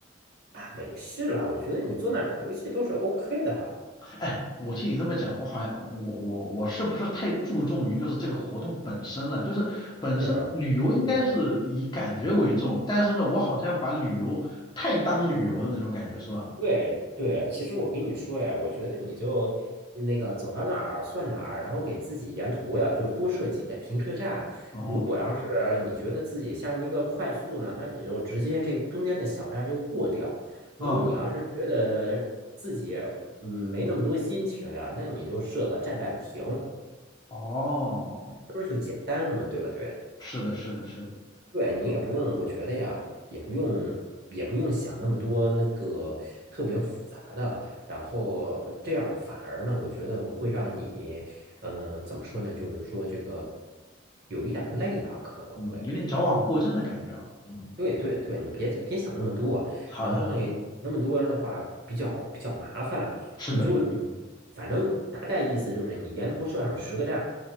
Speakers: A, on the right; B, on the left.
A: 啊，没事了，我觉得你坐那儿打游戏都是 OK 的哈。
B: 哎，我听你这么讲，我好像我我我是不是太注重于就是这个活动本身了？就是本身旅游应该是以感觉为重，
A: 是啊，对。
B: 但是呢，我好像把旅游太当旅游的那种感觉是吧？
A: 对对，其实我跟你说呀，我觉得你就那个走到哪儿算哪儿，然后给自己沿途呀，就是多设几个停车站。
B: 哦，
A: 如果要是你觉得自己像一个快速呢，那你就直接这中间的小站就过掉。如果你要是觉得自己嗯没那么多心情呀，
B: 嗯，
A: 那你就设个站站停，
B: 哦，
A: 这不是就简单了吗？对吧？对。
B: 是的，是的，是的，
A: 对你也不用，我觉得呀，也不用，也不用想那么多那个特别复杂的，然后这样反而呢，我觉得会让你，嗯、怎么说呢？就是说这个有一点儿累吧，可能会。
B: 嗯，有点矫枉过正的感觉啊。嗯，
A: 对对对，你别别想那么多，
B: 好的，
A: 然后呢，
B: 好的，
A: 那么多的话比较比较麻烦，
B: 是的，
A: 你就嗯
B: 是的
A: <smacks lips> 反正大概意思就是你沿途设上十个站，